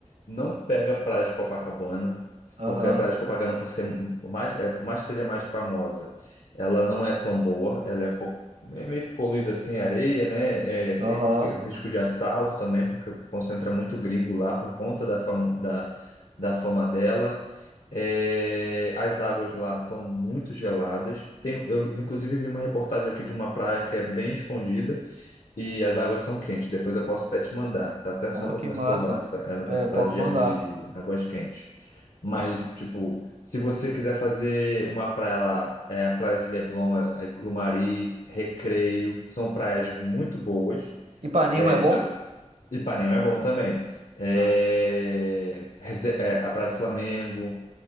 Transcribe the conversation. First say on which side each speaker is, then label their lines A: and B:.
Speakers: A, on the left (about 75°); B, on the right (about 65°).
A: Não pega praia de Copacabana,
B: Aham.
A: porque a praia de Copacabana, por ser mais, é, por mais que seja mais famosa, ela não é tão boa, ela é um pouco é meio que poluída assim, areia, né? É, tem
B: Aham.
A: muito que- risco de assalto também, porque concentra muito gringo lá por conta da, famo, da, da fama dela. É, as águas lá são muito geladas. Tem, eu, inclusive, vi uma reportagem aqui de uma praia que é bem escondida e as águas são quentes. Depois eu posso até te mandar. Tá até
B: Oh,
A: salvo
B: que
A: no meu
B: massa.
A: celular essa,
B: É,
A: é, essa
B: pode
A: de,
B: me mandar.
A: de águas quentes. Mas, tipo, se você quiser fazer uma praia lá, é a Praia de Leblon, é, é Grumari, Recreio, são praias muito boas.
B: Ipanema
A: É,
B: é bom?
A: a- Ipanema é bom também. É,
B: Tá.
A: Reze- é, a Praia do Flamengo